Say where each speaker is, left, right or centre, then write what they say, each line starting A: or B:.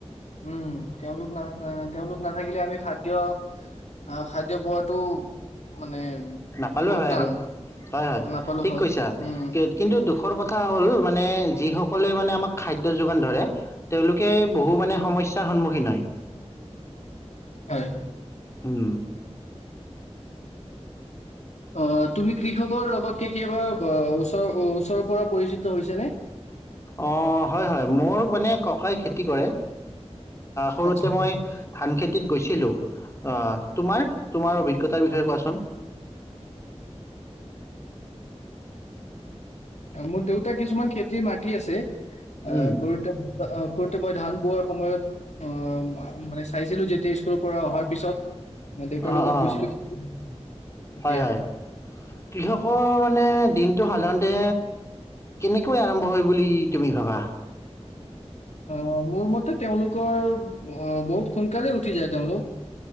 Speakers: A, on the left; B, on the left.
A: উম তেওঁলোক না তেওঁলোক নাথাকিলে আমি খাদ্য আহ খাদ্য পোৱাটো মানে।
B: নাপালো
A: বহুত
B: হয়
A: টান
B: আৰু হয় হয়
A: নাপালো
B: ঠিক
A: হয়
B: কৈছা
A: উম
B: কিন্তু দুখৰ কথা হ'ল মানে যি সকল সলে মানে আমাক খাদ্য যোগান ধৰে তেওঁলোকে বহু মানে সমস্যা সন্মুখীন হয়
A: হয়।
B: উম
A: অ তুমি কৃষকৰ লগত কেতিয়াবা ওচৰৰ ওচৰৰ পৰা পৰিচিত হৈছে নে?
B: অ হয় হয় মোৰ মানে ককাই খেতি কৰে। সৰুতে
A: আচ্ছা।
B: মই ধান খেতিত গৈছিলোঁ তোমাৰ তোমাৰ অভিজ্ঞতাৰ বিষয়ে কোৱাচোন?
A: মোৰ দেউতা কিছুমান খেতিৰ মাটি আছে। আহ
B: উম,
A: খৰি তে অ সোতে মই ধান পোৱাৰ সময়ত অ মানে চাইছিলো যেতিয়া স্কুলৰ পৰা অহাৰ পিছত দেউতাৰ
B: অ
A: লগত
B: অ
A: গৈছিলো খেতি। তেতিয়া
B: হয় হয় কৃষকৰ মানে দ তটো সাধাৰণতে কেনেকৈ আৰম্ভ হয় বুলি তুমি ভাবা।
A: অ মোৰ মতে তেওঁলোকৰ অ বহুত সোনকালেই উঠি যায় তেওঁলোক